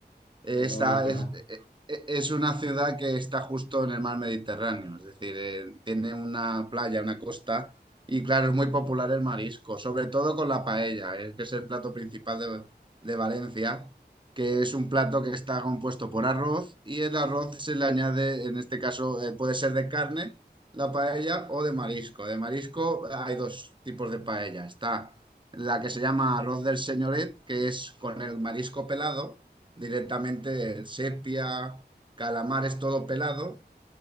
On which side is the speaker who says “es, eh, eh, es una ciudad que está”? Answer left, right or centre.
Right